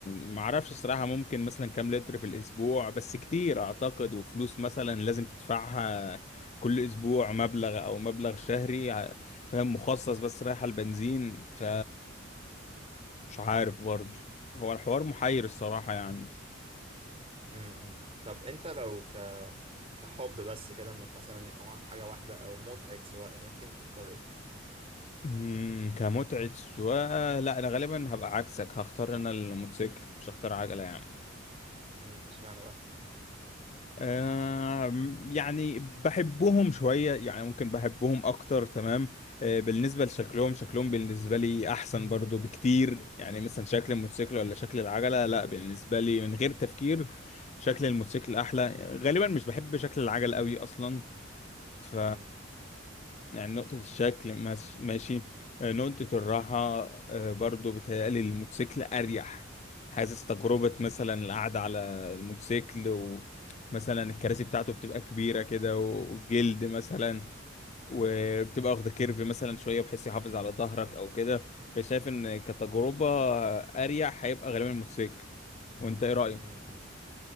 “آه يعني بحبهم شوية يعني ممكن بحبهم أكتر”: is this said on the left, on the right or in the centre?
Left